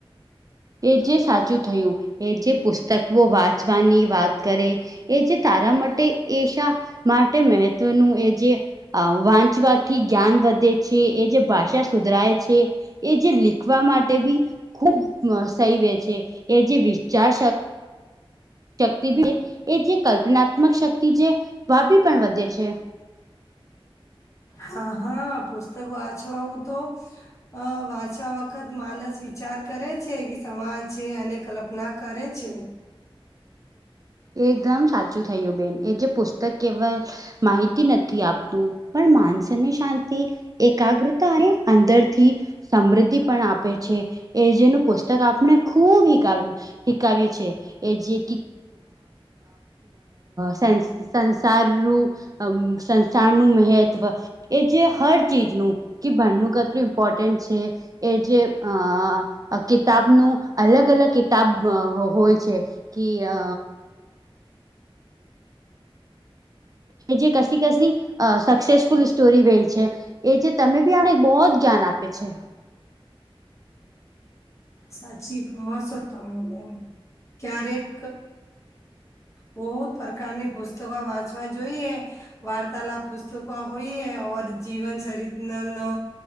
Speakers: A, on the right; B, on the left.
A: એ જે સાચું થયું એ જે પુસ્તકો વાંચવાની વાત કરે એ જે તારા માટે એશા માટે મહત્વનું એ જે અ વાંચવાથી જ્ઞાન વધે છે એ જે ભાષા સુધરાય છે. એ જે લીખવા માટે બી ખુબ સહી વ છે એ જે વિચાર શક્તિી એ જે કલ્પનાત્મક શક્તિ છે વાભી પણ વધે છે.
B: હા હા પુસ્તક વાંચવા હું તો હ વાંચવા વખત માનસ વિચાર કરે છે કે સમાજ છે અને કલ્પના કરે છે
A: એ એકદમ સાચું થયું બેન એ જે પુસ્તક કેવલ માહિતી નથી આપતું પણ માનસને શાંતિ એકાગ્રતા અને અંદરથી સમૃદ્ધિ પણ આપે છે એ જેનું પુસ્તક આપણે ખૂબ હાવ શકાવ્યું છે એ જે સં સંસાર અમ સંસરનું મહત્વ એ છે હર ચીજનું કે ભણણ કેટલું ઇમ્પોર્ટન્ટ છે. એ જે અ કિતાબનું અલગ અલગ કિતાબ હોય છે. કિ અ જે કશ કશ સક્સેસફુલ સ્ટોરી વય છે. એ જે તમે બી આને બહ જ જ્ઞાન આપે છે.
B: સાચીસ તમે બેમ ક્યારેક બહુ જ પ્રકારની પુસ્તકો વાંચવા જોઈએ. વાર્તાલાપ પુસ્તકો હોઈ જીવન શરીત નો.